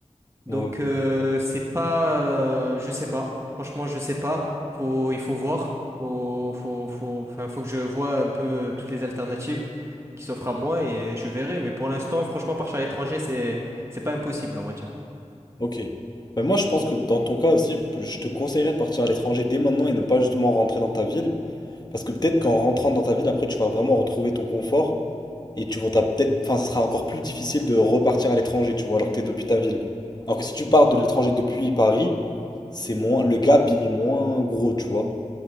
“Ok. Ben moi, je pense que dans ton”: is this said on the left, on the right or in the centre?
Left